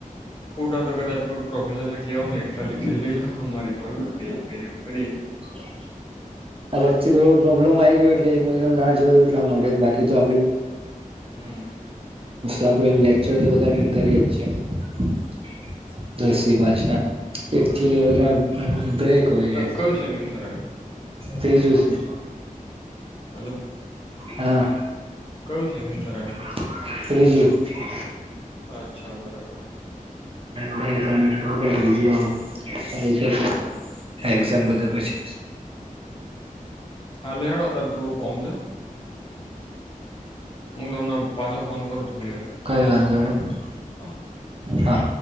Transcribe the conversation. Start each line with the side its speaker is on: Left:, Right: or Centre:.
Left: ખોટા તો કદાચ કો પ્રોફેસરને કેવાનું એસ્ટ્રા લેક્ચર લઈ લ અમારી પર કરી
Right: <inaudible> આ વચ્ચે થોડો પ્રોબ્લેમ આવી ગયો એટલે એક મહિનો ના જવા એટલા માટે બાકી તો આપડ
Left: હમ
Right: આપે લેક્ચર બધાન્ડ કરીએીએ દસથી પાચ ના એક થલી બ્રેક કોઈ છે
Left: કયું સેમિસ્ટર આવ્યું
Right: ત્રીજું શું
Left: હલો
Right: હા
Left: કયું સેમિસ્ટર આવ્યું
Right: <unintelligible>
Left: અચ્છા બરાબર.
Right: બેસ જવાનું સા છસો. એક્ઝામ બદલ પછી.
Left: હા <inaudible> છે. હું તમને પાછો ફોન કરું થોડી વારે.
Right: કઈ વાંધો નહી
Left: હા
Right: હા.